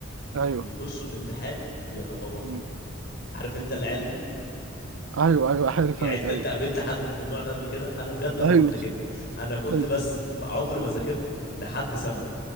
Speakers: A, on the right; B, on the left.
A: ايوه
B: ويخشوا الامتحان بيتفوقوا
A: مم.
B: عارف انت العيال دي
A: ايوه ايوه عارف
B: يعني
A: انا
B: انت
A: ايوه
B: انت قابلت حد من النوع ده قبل كده انا بجد انا
A: ايوه
B: كنت كده انا كنت
A: أيوة.
B: بس م- عمري ما ذاكرت لحد ثانوي